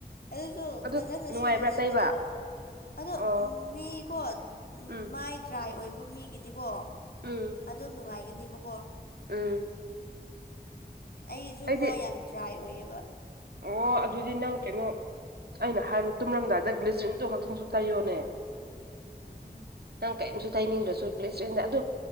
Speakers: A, on the left; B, on the right.
A: ꯑꯗꯨꯁꯨ
B: ꯑꯗꯨ
A: ꯐꯖꯅ
B: ꯅꯨꯡꯉꯥꯏꯕ꯭ꯔꯥ
A: ꯁꯤꯖꯤꯟꯅꯗꯦꯗ
B: ꯇꯩꯕ
A: ꯑꯗꯣ
B: ꯑꯣ
A: ꯃꯤꯀꯣ
B: ꯎꯝ
A: ꯃꯥꯏ ꯇ꯭ꯔꯥꯏ ꯑꯣꯏꯕ ꯃꯤꯒꯤꯗꯤꯀꯣ
B: ꯎꯝ
A: ꯑꯗꯨꯣꯝ ꯅꯨꯡꯉꯥꯏꯒꯅꯦꯕꯀꯣ
B: ꯎꯝ
A: ꯑꯩꯁꯨ
B: ꯑꯩꯗꯤ
A: ꯃꯥꯏ ꯌꯥꯝ ꯗ꯭ꯔꯥꯏ ꯑꯣꯏꯌꯦꯕ
B: ꯑꯣ ꯑꯗꯨꯗꯤ ꯅꯪ ꯀꯩꯅꯣ ꯑꯩꯅ ꯍꯥꯏꯕ ꯇꯨꯝꯔꯝꯗꯥꯏꯗ ꯒ꯭ꯂꯤꯖ꯭ꯔꯤꯟꯗꯨꯣ ꯈꯛꯇꯪꯁꯨ ꯇꯥꯏꯌꯣꯅꯦ
A: ꯎꯝ
B: ꯅꯪ ꯀꯔꯤꯝꯁꯨ ꯇꯥꯏꯅꯤꯡꯕꯁꯨꯈ ꯁꯗ ꯑꯗꯨ